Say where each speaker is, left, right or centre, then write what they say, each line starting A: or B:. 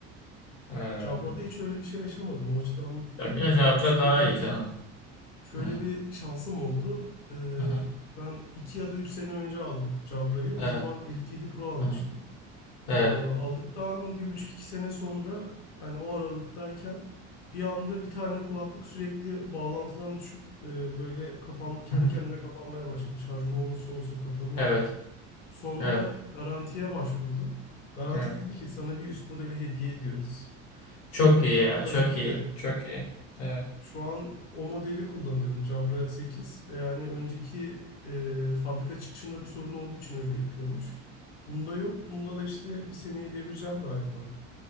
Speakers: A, on the left; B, on the left.
A: Ee,
B: Cabra'da hiç öyle bir şey yaşamadım. O açıdan mutluyum.
A: ya ya Jabra
B: Ve şöyle
A: daha
B: bir
A: iyi canım.
B: şöyle
A: Evet.
B: bir şansım oldu. E,
A: Aha.
B: ben iki ya da üç sene önce aldım Cabra'yı.
A: Evet.
B: O zaman Elite 7 Pro almıştım.
A: Aha. Evet.
B: Ee, aldıktan bir buçuk iki sene sonra yani o aralıktayken bir anda bir tane kulaklık sürekli bağlantıdan düşüp e, böyle kapan kendi
A: Hı-hı.
B: kendine kapanmaya başladı. Şarjı ne olursa olsun kapanıyordu.
A: Evet.
B: Sonra
A: Evet.
B: garantiye başvurdum. Garanti
A: Evet.
B: dedi ki sana bir üst modeli hediye ediyoruz.
A: Çok
B: Dedim
A: iyi ya.
B: tabii
A: Çok
B: ki
A: iyi.
B: de
A: Çok iyi. Evet.
B: şu an o modeli kullanıyorum Jabra sekiz ve yani önceki e, fabrika çıkışında bir sorun olduğu için öyle yapıyormuş. Bunda yok. Bunda da işte bir seneyi devireceğim galiba.